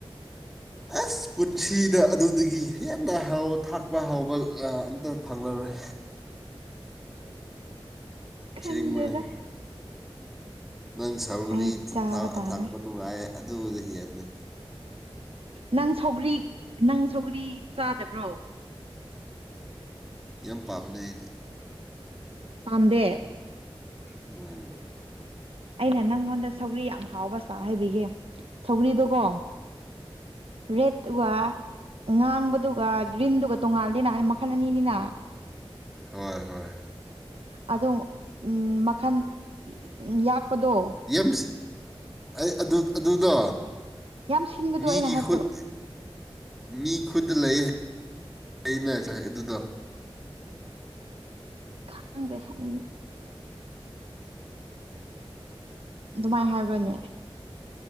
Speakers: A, on the right; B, in the centre.
A: <inaudible>
B: ꯑꯁ ꯄꯨꯟꯁꯤꯗ ꯑꯗꯨꯗꯒꯤ ꯍꯦꯟꯅ ꯍꯥꯎ ꯊꯥꯛꯄ ꯍꯥꯎꯕ ꯑꯝꯇ ꯐꯪꯂꯔꯣꯏ
A: ꯈꯪꯗꯦꯗ
B: ꯑꯁꯦꯡꯕꯅꯤ ꯅꯪ ꯁꯧꯒꯔꯤ
A: ꯑꯩ ꯆꯥꯕ ꯇꯥꯔꯦ
B: ꯑꯊꯥꯛꯄ ꯅꯨꯡꯉꯥꯏ ꯑꯗꯨꯕꯨꯗꯤ ꯍꯦꯟꯅꯩ
A: ꯅꯪ ꯁꯧꯒ꯭ꯔꯤ ꯅꯪ ꯁꯧꯒ꯭ꯔꯤ ꯆꯥꯗꯕ꯭ꯔꯣ
B: ꯌꯥꯝ ꯄꯥꯝꯅꯩ ꯑꯩꯗꯤ
A: ꯄꯝꯗꯦ
B: ꯎꯝ
A: ꯑꯩꯅ ꯅꯪꯉꯣꯟꯗ ꯁꯧꯒ꯭ꯔꯤ ꯌꯥꯝ ꯍꯥꯎꯕꯁꯇꯥꯥꯛ ꯍꯥꯏꯕꯤꯒꯦ ꯁꯧꯒ꯭ꯔꯤꯗꯣꯀꯣ ꯔꯦꯠ ꯋꯥ ꯉꯥꯡꯕꯗꯨꯒ ꯒ꯭ꯔꯤꯟꯗꯨꯒ ꯇꯣꯡꯉꯥꯜꯂꯦꯅ ꯃꯈꯜ ꯑꯅꯤꯅꯤꯅ
B: ꯍꯣꯏ ꯍꯣꯏ
A: ꯑꯗꯣꯡ ꯎꯝ ꯃꯈꯜ ꯌꯥꯛꯄꯗꯣ
B: ꯌꯥꯝ ꯑꯩ ꯑꯗꯨ ꯑꯗꯨꯗꯣ
A: ꯌꯥꯝ ꯁꯤꯟꯕꯗꯣ
B: ꯃꯤꯒꯤ
A: ꯑꯩꯅ ꯍꯥꯏꯕꯗꯣ
B: ꯈꯨꯠ ꯃꯤ ꯈꯨꯠ ꯂꯩꯌꯦ ꯑꯩꯅ ꯅꯁꯥꯏ ꯑꯗꯨꯗꯣ
A: ꯈꯪꯗꯦ ꯑꯩꯗꯤ ꯑꯗꯨꯃꯥꯏꯅ ꯍꯥꯏꯕ꯭ꯔꯅꯦ